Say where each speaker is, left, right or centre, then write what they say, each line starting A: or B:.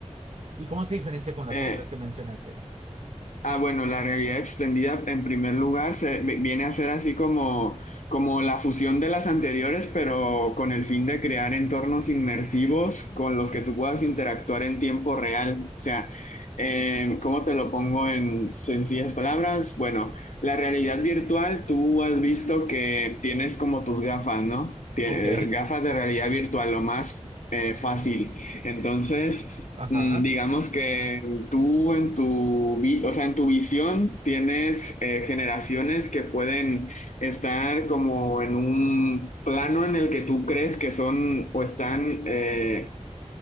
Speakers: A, on the right; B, on the left.
A: ¿Y cómo se diferencia con las
B: eh,
A: otras que mencionaste?
B: Ah, bueno, la realidad extendida en primer lugar se, vi- viene a ser así como, como la fusión de las anteriores, pero con el fin de crear entornos inmersivos con los que tú puedas interactuar en tiempo real. O sea, eh, ¿cómo te lo pongo en sencillas palabras? Bueno, la realidad virtual, tú has visto que tienes como tus gafas, ¿no? Tie-
A: Ok,
B: gafas de realidad virtual, lo más eh, fácil. Entonces...
A: ajá,
B: Mm, Digamos que tú en tu, vi- o sea, en tu visión tienes eh, generaciones que pueden estar como en un plano en el que tú crees que son o están eh,